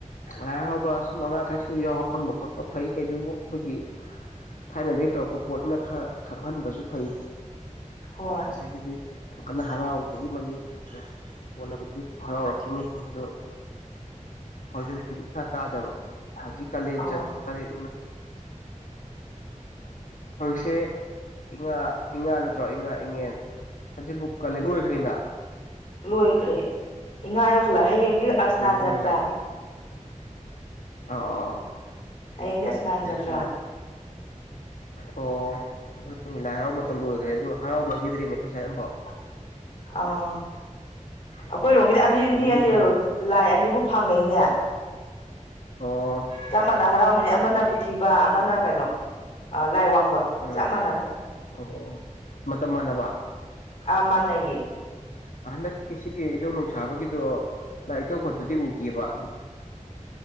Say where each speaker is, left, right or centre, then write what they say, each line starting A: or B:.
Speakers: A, on the left; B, on the left.
A: ꯉꯥꯏꯔꯥꯎꯕ ꯁꯨꯝ ꯑꯉꯥꯡꯈꯩꯁꯨ ꯌꯥꯎꯍꯟꯕ ꯈꯣꯠꯄ ꯐꯩ ꯀꯩꯗꯨ ꯑꯩꯈꯣꯏꯒꯤ ꯊꯥꯏꯅꯗꯒꯤ ꯇꯧꯔꯛꯄ ꯄꯣꯠꯅꯤꯅ ꯈꯔ ꯈꯪꯍꯟꯕꯁꯨ ꯐꯩ
B: ꯍꯣꯏ
A: ꯉꯁꯥꯏꯒꯤꯗꯤ ꯌꯥꯝ ꯀꯟꯅ ꯍꯔꯥꯎꯕꯒꯤ ꯃꯃꯤ ꯎꯗ꯭ꯔꯦ ꯍꯣꯅꯕꯗꯨ ꯍꯔꯥꯎꯔꯛꯈꯤꯅꯤ ꯑꯗꯨ ꯍꯧꯖꯤꯛ ꯍꯧꯖꯤꯛꯀꯤꯗꯤ ꯏꯁꯥ ꯇꯥꯗꯕ ꯍꯧꯖꯤꯛ ꯀꯥꯂꯦꯟ
B: ꯑꯥꯎ
A: ꯀꯂꯦꯟ ꯍꯧꯖꯤꯁꯦ ꯏꯉꯥ ꯏꯉꯥ ꯅꯠꯇ꯭ꯔꯣ ꯏꯉꯥ ꯏꯉꯦꯟ ꯍꯧꯖꯤꯕꯨ ꯀꯂ ꯂꯣꯏꯈ꯭ꯔꯤꯅ
B: ꯂꯣꯏꯈ꯭ꯔꯦ ꯏꯉꯥ ꯌꯧꯁꯜꯂꯛꯑꯦ ꯍꯌꯦꯡꯒꯤ ꯑꯔꯁꯅꯥ
A: ꯎꯝ ꯑꯗꯨꯅ
B: ꯖꯇ꯭ꯔꯥꯅꯤ
A: ꯂꯥꯏꯛ ꯑꯥ ꯑꯥ
B: ꯍꯌꯦꯡꯗꯤ ꯑꯁꯅꯥꯟ
A: ꯑꯥ
B: ꯖꯇ꯭ꯔꯥꯟ
A: ꯑꯗꯨꯅ ꯑꯣ ꯂꯥꯏ ꯍꯔꯥꯎꯕ ꯃꯇꯝ ꯂꯣꯏꯈ꯭ꯔꯦ ꯑꯗꯨ ꯍꯔꯥꯎꯕꯒꯤꯗ꯭ꯔꯤꯅꯦꯈꯣꯏ ꯁꯥꯏꯠ ꯑꯃꯐꯥꯎ
B: ꯑꯣ ꯑꯩꯈꯣꯏꯔꯣꯝꯒꯤꯗꯤ ꯑꯅꯤ ꯃꯤ
A: ꯃꯃꯤꯡꯒꯤ
B: ꯑꯅꯤ
A: ꯑꯣꯏꯅ
B: ꯂꯥꯏ ꯑꯅꯤꯕꯨ ꯐꯪꯅꯩꯅꯦ
A: ꯑꯣ
B: ꯆꯞ ꯃꯥꯟꯅ ꯍꯔꯥꯎꯃꯤꯟꯅꯩ ꯑꯃꯅ ꯄꯨꯊꯤꯕ ꯑꯃꯅ ꯀꯩꯅꯣ ꯂꯥꯏ ꯋꯥꯡꯕ
A: ꯎꯝ
B: ꯆꯞ ꯃꯥꯟꯅꯅ
A: ꯑꯣ ꯃꯇꯝ ꯃꯥꯟꯅꯕ
B: ꯑꯥ ꯃꯥꯟꯅꯩꯌꯦ
A: ꯍꯟꯗꯛꯀꯤ ꯁꯤꯒꯤ ꯏꯙꯧ ꯅꯨꯡꯁꯥꯕꯒꯤ ꯑꯗꯣ ꯂꯥꯏ ꯏꯀꯧ ꯈꯠꯄꯗꯤ ꯎꯈꯤꯑꯦꯕ